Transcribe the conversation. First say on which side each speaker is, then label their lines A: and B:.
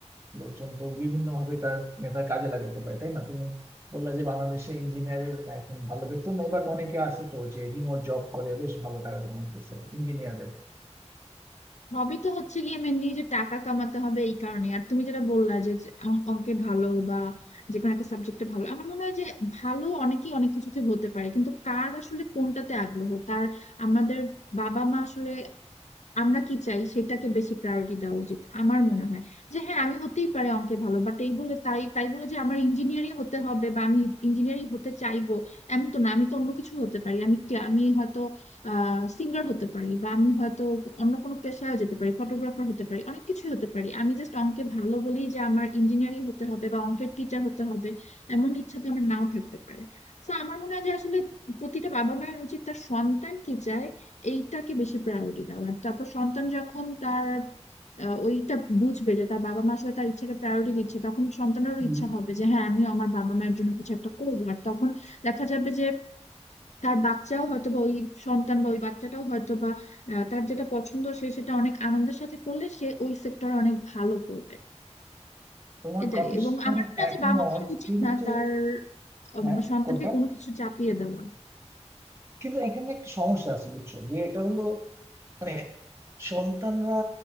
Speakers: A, on the right; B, on the left.
A: লোকজন তো বিভিন্ন ভাবে তার মেধার কাজে লাগাতে পারে তাই না তুমি বললা যে বাংলাদেশে ইঞ্জিনিয়ারের এখন ভালো বেতন নেই বাট অনেকে আছে তো যে রিমোট জব করে বেশ ভালো টাকা কামাইতেছে ইঞ্জিনিয়ারের
B: হবি তো হচ্ছে গিয়ে মেনলি যে টাকা কামাতে হবে এই কারণে আর তুমি যেটা বললা যে যে অং- অঙ্কে ভালো বা যে কোনো একটা সাবজেক্টে ভালো আমার মনে হয় যে ভালো অনেকেই অনেক কিছুতে হতে পারে কিন্তু কার আসলে কোনটাতে আগ্রহ তার আমাদের বাবা মা আসলে আমরা কি চাই সেটাকে বেশি প্রায়োরিটি দেওয়া উচিত আমার মনে হয় যে হ্যাঁ আমি হতেই পারে অঙ্কে ভালো বাট এই বলে তাই তাই বলে যে আমার ইঞ্জিনিয়ারিং হতে হবে বা আমি ইঞ্জিনিয়ারিং হতে চাইবো এমন তো না আমি তো অন্য কিছু হতে পারি আমি কে- আমি হয়তো আহ সিঙ্গার হতে পারি বা আমি হয়তো অন্য কোনো পেশায় যেতে পারি ফটোগ্রাফার হতে পারি অনেক কিছু হতে পারি আমি জাস্ট অঙ্কে ভালো বলি যে আমার ইঞ্জিনিয়ারিং হতে হবে বা অঙ্কের টিচার হতে হবে এমন ইচ্ছা তো আমার নাও থাকতে পারে তো আমার মনে হয় যে আসলে প্রতিটা বাবা মায়ের উচিত তার সন্তান কি চায় এইটাকে বেশি প্রায়োরিটি দাও আর তারপর সন্তান যখন তার আহ, ওইটা বুঝবে যে তার বাবা মা আসলে তার ইচ্ছাকে প্রায়োরিটি দিচ্ছে তখন সন্তানেরও
A: হুম।
B: ইচ্ছা হবে যে হ্যাঁ আমিও আমার বাবা মায়ের জন্য কিছু একটা করবো আর তখন দেখা যাবে যে তার বাচ্চাও হয়তো বা ওই সন্তান বা ওই বাচ্চাটাও হয়তো বা আহ, তার যেটা পছন্দ সে সেটা অনেক আনন্দের সাথে করলে সে ওই সেক্টরে অনেক ভালো করবে
A: তোমার
B: এটাই
A: কথার
B: এবং
A: সাথে
B: আমার
A: আমি
B: মনে হয়
A: একমত
B: যে বাবা মায়ের উচিত
A: কিন্তু
B: না তার উম,
A: হ্যাঁ
B: সন্তানকে
A: কোনটা
B: কোনো কিছু চাপিয়ে দেওয়া
A: কিন্তু এখানে একটা সমস্যা আছে বুঝছো যে এটা হলো মানে সন্তানরা